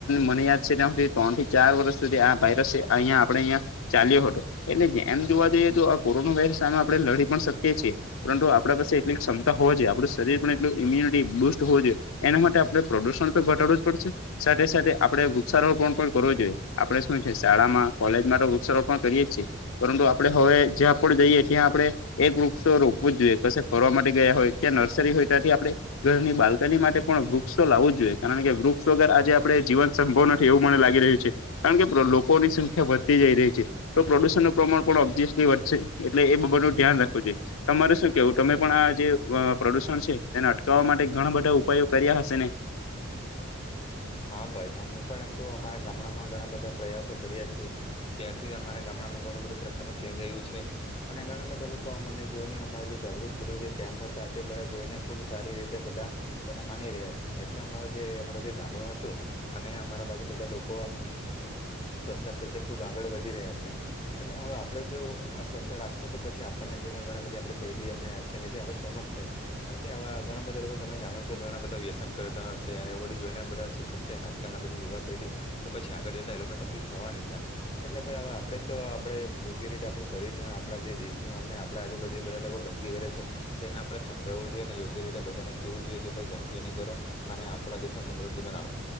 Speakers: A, on the left; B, on the left.
A: મને યાદ છે ત્યાં સુધી ત્રણ થી ચાર વર્ષ સુધી આ વાયરસ અહિયા આપે અયા ચાલ્યો હતો એટલે એમ જોવા જઈએ તો કોરોના વાયરસ સામે આપણે લડી પણ શકીએ છીએ પરંતુ આપણા પાસે એટલી ક્ષમતા હોય જોઈએ આપું શરીર પણ એટલું ઈમ્યુનિટી બુસ્ટ હોવ જોઈએ એના માટે આપડણે પ્રદુષણ તો ઘટાડવું જ પડશે સાથે સાથે આપડે વૃક્ષારોપણ પણ કરવું જોઈએ આપણે શું છે શાળામાં કોલેજમાં તો વૃક્ષારોપણ કરીએ છીએ પરંતુ આપણે હવે જ્યાં પણ જઈએ ત્યાં આપડણે એક વૃક્ષો રોપવું જ જોઈએ ફરવા માટે ગયા હોય ત્યાં નર્સરી હોય ત્યાંથી આપણે ઘરની બાલકની માટે પણ વૃક્ષો લાવું જોઈએ કારણ કે વૃક્ષ વગર આજે આપડે જીવન સંભવ નથી એવું મને લાગી રહ્યું છે. કારણ કે લોકોની સંખ્યા વધતી જઈ રહી છે. તો પ્રદુષણ નું પ્રમાણ પણ ઓબ્યસલી વધશે એટલે એ બાનું ધ્યાન રાખવું જોઈએ તમારે શું કેવું તમે પણ આ જે પ્રદુષણ છે તેને અટકાવવા માટે ઘણા બધા ઉપયોગ કર્યા હશે ને
B: હા ભાઈ અમે પણ એમ તો અમારા ગામડામાં ઘણા બધા પ્રયાસો કર્યા છેએ ત્યાંથી જ અમારા ગામડામાં ઘણું બધું પ્રકારનું ચેન્જ આવ્યું છે અને ઘણા બધા લોકો મને જોઈને અમા જે જાગૃત બધું કેમ્પ હતા તે બધા જોઈને ખુબ સારી રીતે બધા બધ માની રહ્યા છે એટલે અમારો જે અમારો જે ગામડો અને અમારા બાજુ બધા લોકો આમ સ્વચથતા પ્રત્યે ખુબ આગળ વધી રહ્યા છે. એટલે હવે આપણે જો સ્વસ્થ રાખશું તો પછી આપણને જોઈને ઘણા બધી આપણી પેઢી હમં આજકાલની આપણે સમક્ષ છે. કારણ કેવા ઘણા બધા લોકો તમે જાણો છો ઘણા બધા વ્યસન કરતા હશે અને એવું બધું જોઈને બધા આજકાલ ના બધી યુવા પેઢી તો પછી આગળ જતા એ લોકોને તકલીફ થવાની છે આમ. એટલે ભાઈ હવે આપડે તો આપડે યોગ્ય રીતે આપડું શરીર ન આપણા જે દેશનું આપને આપે આજે બધી બધા લોકો ગંદકી કરે છે. તેને આપણે સમજાવવું જોઈએ અને યોગ્ય રીતે બધાને કહેવું જોઈએ કે ભાઈ ગંદકીની કરો અને આપણા દેશને સમૃદ્ધિ બનાવો.